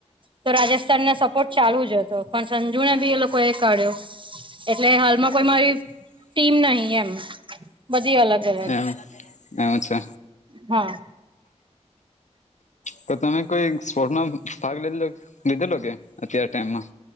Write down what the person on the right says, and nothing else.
તો રાજસ્થાનને સપોર્ટ ચાલુ જ હતો પણ સંજુને બી એ લોકો એ કાઢ્યો. એટલે હાલમાં કોઈ મારી ટીમ નહી એમ બધી અલગ અલગ
હા.